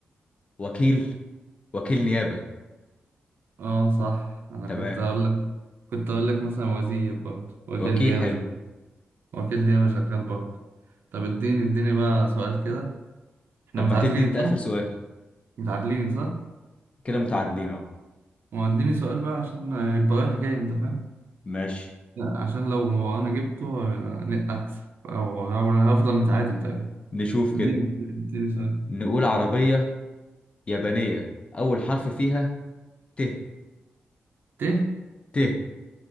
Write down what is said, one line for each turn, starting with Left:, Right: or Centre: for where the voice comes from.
Left: وكيل وكيل نيابة
Right: اه صح أنا
Left: تمام
Right: كنت أقول لك كنت أقول لك مثلا وزير برضه وكيل
Left: وكيل
Right: نيابة
Left: حلو
Right: وكيل نيابة شغال برضه طب اديني اديني بقى سؤال كده احنا
Left: طب
Right: متعادلين
Left: ما تدي أنت
Right: صح؟
Left: آخر سؤال
Right: متعادلين صح؟
Left: كده متعادلين اهو
Right: ما اديني سؤال بقى عشان يبقى رايح جاي انت فاهم؟
Left: ماشي
Right: لا عشان لو ما انا جبته آه، اكسب او أو انا هفضل متعادل تقريبا
Left: نشوف
Right: اديني
Left: كده
Right: اديني سؤال
Left: نقول عربية يابانية أول حرف فيها ت
Right: ت
Left: ت